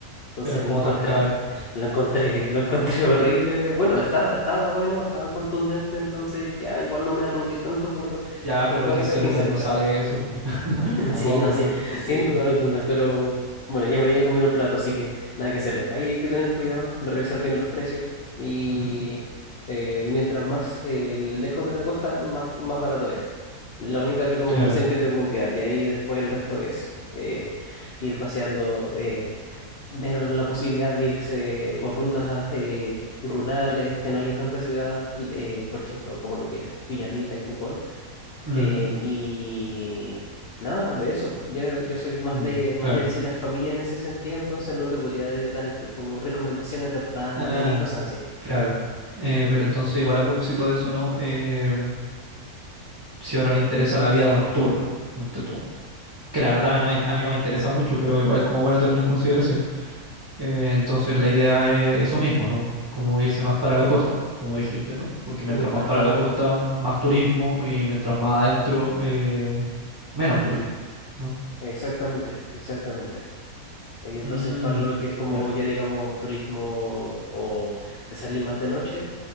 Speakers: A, on the left; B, on the right.
A: Entonces
B: Pero como
A: lo encontré,
B: tan caro.
A: lo encontré, lo encontré horrible. Bueno, estaba, estaba bueno, estaba contundente, entonces ya igual no me arrugué tanto por,
B: Ya,
A: por
B: pero
A: pagar
B: 15
A: las 15
B: lucas no
A: lucas.
B: sale eso, po. <laughs>
A: <clears throat>
B: No,
A: Sí,
B: pues
A: no, sí,
B: im- imposible.
A: sin duda alguna,
B: ni-
A: pero bueno, ya me había comido el plato, así que nada que hacerle. Ahí hay que tener cuidado, revisar bien los precios y
B: Ujú,
A: eh, mientras más eh, lejos de la costa, más, más barato es. La única recomendación
B: Claro.
A: que te puedo quedar, y ahí después el resto es eh, ir paseando. eh, ver la posibilidad de irse por rutas eh, rurales, que no haya tantas ciudades, eh, por ejemplo, como lo que es Villarrica y Pucón.
B: Mm,
A: Eh, y nada, de eso. Yo, yo soy más
B: mm,
A: de, más
B: claro.
A: de visitar familia en ese sentido, entonces no te podría de- dar como recomendaciones de hostales
B: Ah,
A: y cosas así.
B: claro. Eh, pero entonces, igual a propósito de eso, ¿no? Eh, si a uno le interesa la vida nocturna, monte tú. que la verdad a mí no me, a mí no me interesa mucho, pero igual es como bueno tenerlo en consideración. Eh, entonces la idea es eso mismo, ¿no? Como irse más para la costa, como dijiste, ¿no? Porque mientras
A: Mm,
B: más
A: Tal
B: para
A: cual,
B: la costa, más turismo y mientras más adentro, eh, menos turismo, ¿no?
A: exactamente, exactamente. Y entonces,
B: Mm,
A: para lo que es como
B: claro.
A: ya digamos turismo o de salir más de noche,